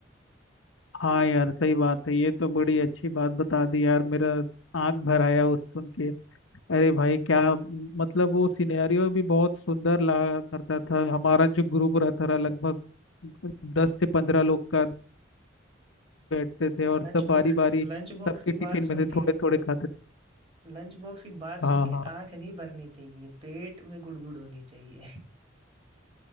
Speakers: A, on the left; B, on the right.
A: हाँ यार सही बात है ये तो बड़ी अच्छी बात बता दी यार मेरा आंख भर आया उस सुन के अरे भाई क्या मतलब वो सिनेरियो भी बहुत सुंदर लगा करता था हमारा जो ग्रुप रहता था लगभग दस से पंद्रह लोग का बैठते थे और
B: लंच
A: सब बारी
B: बॉक्स
A: बारी
B: लंच बॉक्स
A: सबके
B: की
A: टिफिन
B: बात
A: में
B: सुन
A: से थोड़े
B: के
A: थोड़े खाते थे
B: लंच बॉक्स की बात सुन
A: हाँ
B: के
A: हाँ
B: आंख नहीं भरनी चाहिए पेट में गुड़गुड़ होनी चाहिए <laughs>